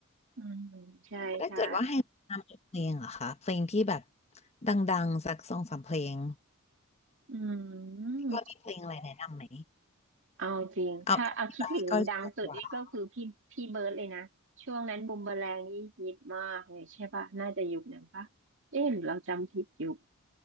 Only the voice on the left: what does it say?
ถ้าเกิดว่าให้แนะนำเพลงเหรอคะเพลงที่แบบดังๆสักสองสามเพลง
พี่ก้อยมีเพลงอะไรแนะนำไหม
เอาเอาที่แบบพี่ก้อยชอบดีกว่า